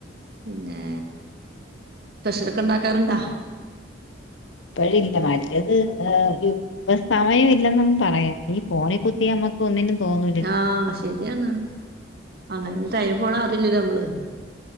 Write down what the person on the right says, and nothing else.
പിന്നെ സ്പെഷ്യലൊക്കെ ഉണ്ടാക്കാറുണ്ടോ
ആഹ് ശരിയാണ് അങ്ങനെ ടൈം പോണ അറീല്ലല്ലോ നമ്മള്